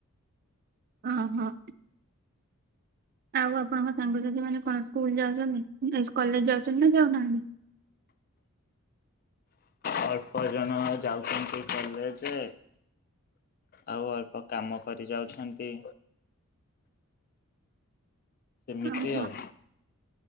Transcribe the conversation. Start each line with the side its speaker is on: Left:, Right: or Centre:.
Right: ଓ ହଁ। ଆଉ ଆପଣଙ୍କ ସାଙ୍ଗସାଥି ମାନେ କଣ ସ୍କୁଲ୍ ଯାଉଛନ୍ତି? ନାଇ କଲେଜ୍ ଯାଉଛନ୍ତି ନା ଯାଉନାହାନ୍ତି?
Left: ଅଳ୍ପ ଜଣ ଯାଉଛନ୍ତି କଲେଜେ। ଆଉ ଅଳ୍ପ କାମ କରି ଯାଉଛନ୍ତି। ଏମିତି
Right: ଓହୋ
Left: ଆଉ।